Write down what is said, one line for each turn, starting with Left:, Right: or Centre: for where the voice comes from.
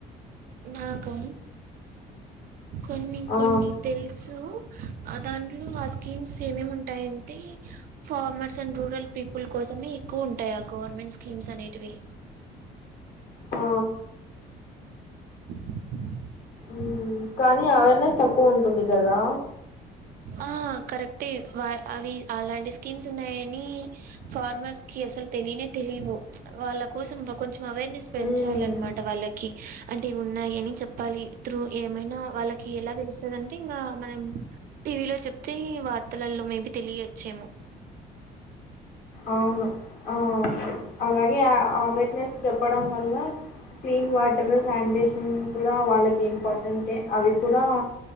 Right: నాకా కొన్ని
Left: ఆ
Right: కొన్ని తెలుసు ఆ దాంట్లో ఆ స్కీమ్స్ ఏమేముంటాయంటే ఫార్మర్స్ అండ్ రూరల్ పీపుల్ కోసమే ఎక్కువుంటాయి ఆ గవర్నమెంట్ స్కీమ్స్ అనేటివి
Left: ఆ
Right: <inaudible>
Left: మ్మ్ కానీ అవేర్నెస్ తక్కువుంటుంది కదా
Right: ఆ కరెక్టే అవి అలాంటి స్కీమ్స్ ఉన్నాయని ఫార్మర్స్ కి అసలు తెలియనే తెలీవు వాళ్ళ కోసం కొంచెం అవేర్నెస్ పెంచాలనమట
Left: మ్మ్
Right: వాళ్ళకి అంటే ఇవున్నాయని చెప్పాలి ఇప్పుడు ఏమైనా వాళ్ళకి ఎలా తెలుస్తాదంటే ఇంగ మనం టీవీలో చెప్తే వార్తలలో మేబి తెలియచ్చేమో
Left: అవును ఆ అలాగే అవేర్నెస్ చెప్పడం వల్ల క్లీన్ వాటర్ శానిటేషన్ కూడా వాళ్ళకి ఇంపార్టెంటే అవి కూడా